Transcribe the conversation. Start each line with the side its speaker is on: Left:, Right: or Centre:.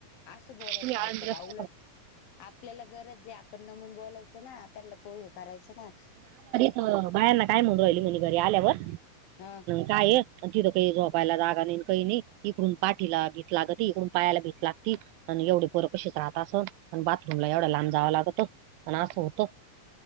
Left: असं बोलायला
Right: तुम्ही
Left: चालतं
Right: आळंदीलाच
Left: का? उलट,
Right: टाका
Left: आपल्याला गरज जे आपण नमून बोलायचं ना त्यांना होय करायचं ना
Right: अं, बाहेरना काय म्हणून राहिली, म्ह घरी आल्यावर
Left: हा
Right: काय, तिथं काही झोपायला जागा नाही कही नाही, इकडून पाठीला भीत लागती, इकडून पायाला भीत लागती. आणि एवढी पोरं कशीच राहत असल अनं बाथरूमला एवढ लांब जावा लागत आणि असं होत